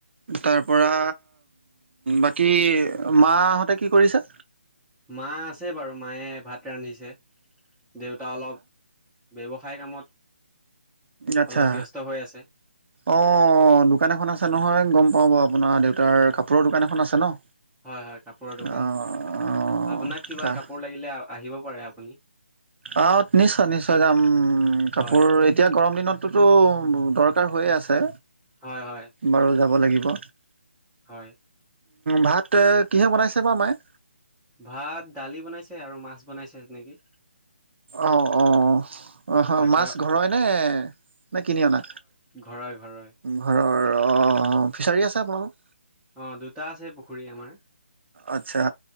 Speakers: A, on the right; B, in the centre.
A: তাৰপৰা বাকী মাহঁতে কি কৰিছে?
B: মা আছে বাৰু মায়ে ভাত ৰান্ধিছে দেউতা অলপ ব্যৱসায় কামত
A: আচ্ছা।
B: অলপ ব্যস্ত হৈ আছে
A: অঁ দোকান এখন আছে নহয় গম পাওঁ বাৰু আপোনাৰ দেউতাৰ কাপোৰৰ দোকান এখন আছে ন।
B: হয় হয় কাপোৰৰ দোকান
A: অ',
B: আপোনাক কিবা
A: অ',
B: কাপোৰ লাগিলে আহিব পাৰে আপুনি।
A: আহ নিশ্চয় নিশ্চয় যাম কাপোৰ
B: হয়
A: এতিয়া গৰম দিনত টো দৰকাৰ হৈ আছে
B: হয় হয়
A: বাৰু যাব লাগিব।
B: হয়।
A: ভাত কিহে বনাইছে বাৰু মাই?
B: ভাত দালি বনাইছে আৰু মাছ বনাইছে নেকি।
A: অ অ অ
B: বাকী
A: মাছ
B: আৰু
A: ঘৰই নে নে কিনি অনা?
B: ঘৰই ঘৰই।
A: ঘৰৰ অ ফিচাৰী আছে আপোনালোকৰ?
B: অ দুটা আছে পুখুৰী আমাৰ।
A: আচ্ছা,